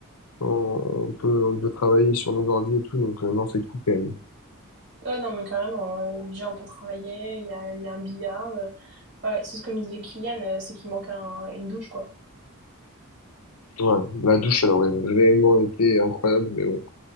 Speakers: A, on the left (about 80°); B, on the right (about 55°).
A: on, on peut on peut travailler sur nos ordi et tout, donc euh, non c'est cool quand même.
B: Ouais, non, mais carrément. euh, déjà, on peut travailler, il y a, il y a un billard. euh, ouais, c'est ce que me disait Kylian, euh, c'est qu'il manque un- une douche, quoi.
A: Ouais, la douche elle aurait vraiment été incroyable, mais bon,